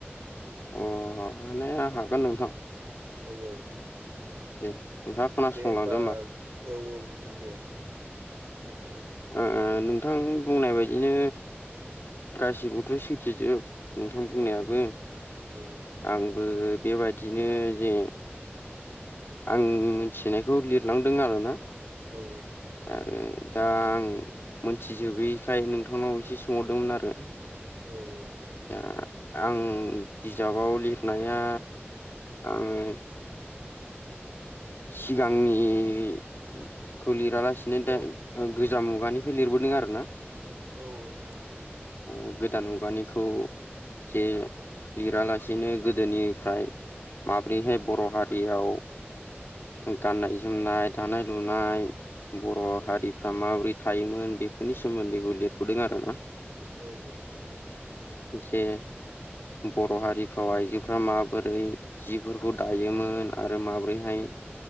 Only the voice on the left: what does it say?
अ हानाया हागोन नोंथां।
दे नोंथाङा खोनासंलांदो
ओ ओ नोंथां बुंनाय बायदिनो गासिबोथ' सैथोजोब। नोंथां बुंनायाबो।
आंबो बेबादिनो जे आं मिथिनायखौ लिरलांदों आरोना
आरो दा आं मोनथिजोबैखाय नोंथांनाव एसे सोंहरदोंमोन आरो
दा आं बिजाबाव लिरनाया आं सिगांनिखौ लिरालासिनो
दारेग ओ गोजा मुगानिफ्राय लिरबोदों आरो ना
ओ गोदान मुगानिखौ जे लिरालासिनो गोदोनिफ्राय माब्रैहाय बर' हारियाव गाननाय जोमनाय दानाय लुनाय बर'
हारिफ्रा माबोरै थायोमोन बेफोरनि सोमोन्दैबो लिरबोदों आरो ना
जे बर' हारिफ्राव आइजोफ्रा माबोरै जिफोरखौ दायोमोन आरो माब्रैहाय